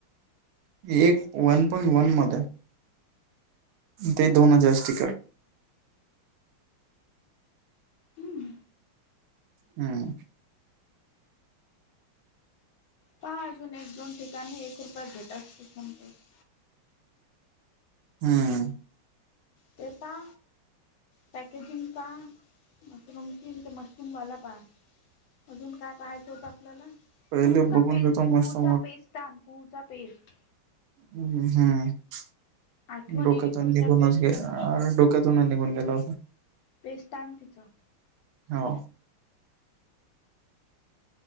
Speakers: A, on the right; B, on the left.
A: एक वन पॉइंट वन मध्ये ते दोन <unintelligible>
B: हम्म
A: हम्म
B: पहा अजून एक दोन ठिकाणी एक रुपया भेटाच <unintelligible>
A: हम्म
B: ते पहा. पॅकेजिंग पा मशरूमचीन ते मशरूमवाला पा. अजून काय पाहायचं होत आपल्याला
A: पहिले
B: कु का
A: बघून
B: पे
A: घेतो
B: कुचा
A: मस्त
B: पेस्ता. कू चा पेस्ट
A: हम् हम्म
B: आठवणीने
A: डोक्यात
B: कुहूचा
A: निघूनच
B: पेस्ट
A: <unintelligible>
B: आण
A: क्या तून निघून गेला होता.
B: पेस्ट आहे तिचं
A: हो.